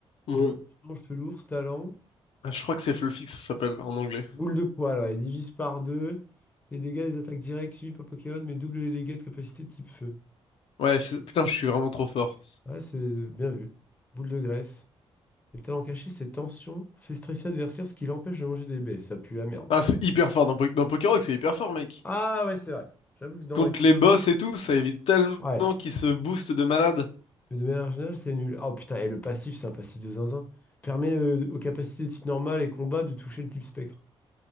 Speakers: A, on the left; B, on the left.
A: Ouais.
B: Évolution, chelours, talent.
A: Ah, Je crois que c'est Fluffy que ça s'appelle en anglais.
B: Boule de poil, ouais, divise par deux. Les dégâts des attaques directes suivies par Pokémon, mais double les dégâts de capacité type feu.
A: Ouais, c'est- putain, je suis vraiment trop fort.
B: Ouais, c'est euh, bien vu. Boule de graisse. Et le talent caché, c'est tension, fait stresser l'adversaire, ce qui l'empêche de manger des baies. Ça pue la merde.
A: Ah, c'est hyper fort dans, Po- dans Pokérock, c'est hyper fort, mec.
B: Ah ouais, c'est vrai. J'avoue que dans
A: Contre
B: les...
A: les boss et tout, ça évite tellement
B: Ouais.
A: qu'ils se boostent de malade.
B: Mais de manière générale, c'est nul. Oh putain, et le passif, c'est un passif de zinzin. Permet euh, aux capacités de type normal et combat de toucher le type spectre.